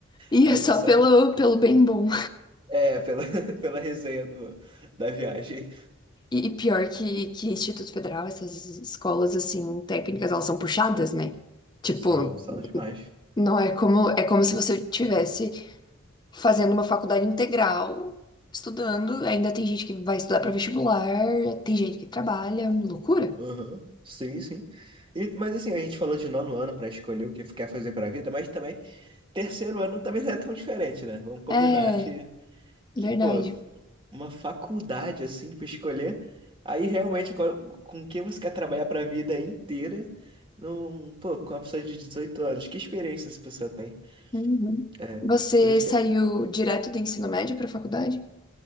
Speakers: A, on the left; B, on the right.
A: E
B: Aí
A: é só
B: ele só
A: pelo, pelo bem bom.
B: é pela, <laughs> pela resenha no- da viagem.
A: E, e pior que, que Instituto Federal, essas escolas, assim, técnicas, elas são puxadas, né? Tipo,
B: São, são demais.
A: não é como, é como se você tivesse fazendo uma faculdade integral, estudando, ainda tem gente que vai estudar para vestibular, tem gente que trabalha, loucura.
B: Uhum. Sim, sim. E, mas assim, a gente falou de nono ano para escolher o que quer fazer para a vida, mas também terceiro ano também não é tão diferente, né? Vamos combinar
A: É,
B: que
A: verdade.
B: que, pô, uma faculdade assim pra escolher. Aí realmente co- com quem você quer trabalhar pra vida inteira, não, pô, com uma pessoa de 18 anos, que experiência essa pessoa tem?
A: Uhum.
B: É,
A: Você
B: por isso
A: saiu
B: que é-
A: direto do ensino médio para faculdade?